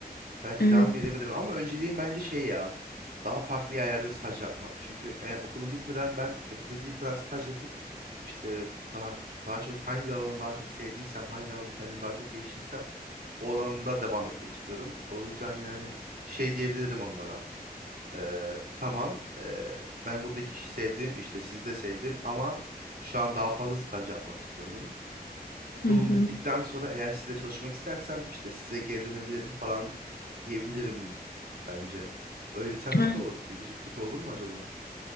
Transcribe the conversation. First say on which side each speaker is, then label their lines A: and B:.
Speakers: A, on the right; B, on the left.
A: Belki
B: Evet.
A: devam bile edebilirim ama önceliğim bence şey ya. Daha farklı yerlerde staj yapmak. Çünkü eğer okulum bitmeden ben yapabildiğim kadar staj yapıp işte daha daha çok hangi alanı daha çok sevdiysem, hangi alanı kendim daha çok geliştirsem o alanda devam etmek istiyorum. O yüzden yani şey diyebilirim onlara. Ee, tamam ee, ben buradaki işi sevdim işte sizi de sevdim ama şu an daha fazla staj yapmak istiyorum. Okulum
B: Hı hı.
A: bittikten sonra eğer sizle çalışmak istersem işte size geri dönebilirim falan diyebilirim bence. Öyle desem nasıl
B: Evet.
A: olur ki? Güzel kötü olur mu acaba?